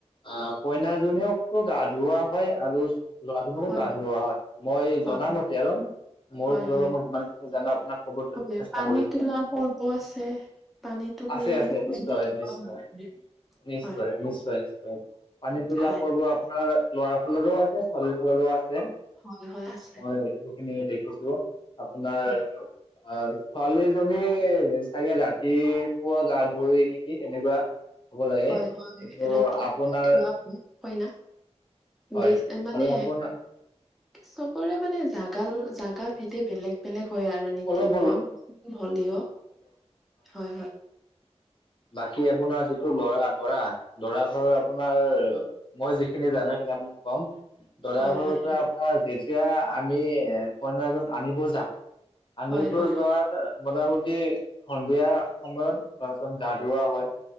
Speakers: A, on the left; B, in the centre.
A: অ কইনাজনীয়োকো গা, ধুওৱা হয় আৰু ল'ৰাজনকো
B: হয়
A: গা, ধুওৱা হয়। মই
B: হয়
A: জনামতে আৰু মোৰ
B: হয়
A: ফালৰ
B: হয়
A: পৰা মই যিমানখি জানো আপোনাক কব
B: হয়
A: চেষ্টা
B: পানী
A: কৰিছো।
B: তোলা পৰ্ব আছে পানী তুলি
A: আছে আছে
B: কইনা
A: নিশ্চয়
B: ধোৱা
A: নিশ্চয়
B: হয়
A: নিশ্চয়।
B: হয়
A: নিশ্চয় নিশ্চয় পানী তোলা
B: হয়
A: পৰ্ব আপোনাৰ লৰা ফালৰো আছে ছোৱালীৰ ফালৰোও আছে।
B: হয় হয় আছে
A: মই যিখিনি দেখিছো আপোনাৰ
B: হয়
A: অ ছোৱালীজনী চাগে ৰাতিপুৱা গা, ধুই নেকি তেনেকুৱা হ'ব লাগে
B: হয় হয়
A: কিন্তু
B: ৰাতি
A: আপোনাৰ
B: গা ধুৱোই কইনাক
A: হয়
B: বে মানে
A: আৰু আপোনাৰ
B: চবৰে মানে জাগা জাগা ভিদে বেলেগ বেলেগ হয়। আৰু নীতি
A: অলপ অলপ
B: নিয়ম হলেও হয় হয়।
A: বাকী আপোনাৰ যিটো লৰা দৰা দৰা ঘৰ আপোনাৰ মই যিখিনি জানো সেইিনি আপোনাক কম দৰা
B: হয়
A: ঘৰৰ
B: হয়
A: পৰা। আোনাৰ যেতিয়া আমি কইনাজন আনিব যাম আনিব
B: হয় হয় হয়
A: যোৱাৰ। মোটামুটি সন্ধিয়া সময়ত ল'ৰাজন গা ধওৱা হয়